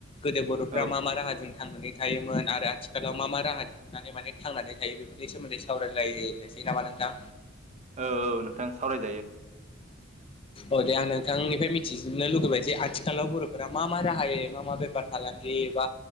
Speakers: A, on the left; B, on the right.
A: गोदो बर'फ्रा
B: औ
A: मा मा राहाजों। थांनानै थायोमोन आरो आथिखालाव मा मा राहा दिहुननानै माने थांनानै थायो बेफोरनि सोमोन्दै सावरायलायनोसै नामा नोंथां?
B: औ नोंथां सावरायजायो
A: औ दे आं नोंथांनिफ्राय मिथिजनो लुगैबाय जे आथिखालाव बर'फोरा मा मा राहायै मा मा बेफार फालांगि बा